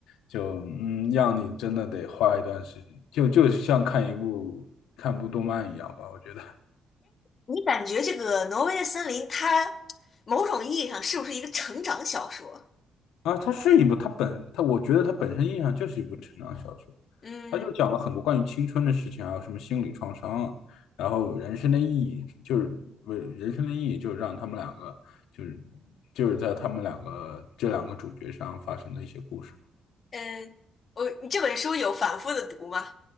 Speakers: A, on the left (about 80°); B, on the left (about 45°).
A: 就嗯，让你真的得花一段时间，就就是像看一部看部动漫一样吧，我觉得
B: 你感觉这个《挪威的森林》它某种意义上是不是一个成长小说？
A: 啊，它是一部，它本它我觉得它本身印象就是一部成长小说，
B: 嗯嗯。
A: 它就讲了很多关于青春的事情，还有什么心理创伤啊然后人生的意义就是为人生的意义就是让他们两个就是就是在他们两个这两个主角上发生的一些故事。
B: 嗯，我你这本书有反复的读吗？